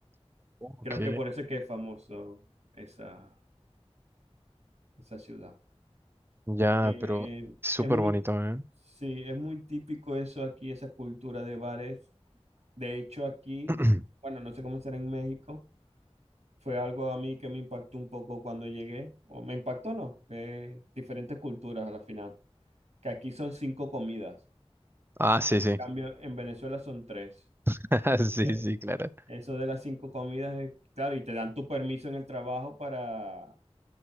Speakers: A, on the right; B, on the right.
A: Ok.
B: Creo que por eso es que es famoso esa, esa ciudad.
A: Ya,
B: Eh,
A: pero súper
B: es muy,
A: bonito, ¿eh?
B: sí, es muy típico eso aquí, esa cultura de bares De hecho, aquí,
A: <clears throat>
B: bueno, no sé cómo será en México, fue algo a mí que me impactó un poco cuando llegué, o me impactó no, que diferentes culturas a la final, que aquí son cinco comidas,
A: Ah, sí, sí.
B: en cambio en Venezuela son tres.
A: <laughs> Sí,
B: Eh,
A: sí, claro.
B: Eso de las cinco comidas es claro, y te dan tu permiso en el trabajo para,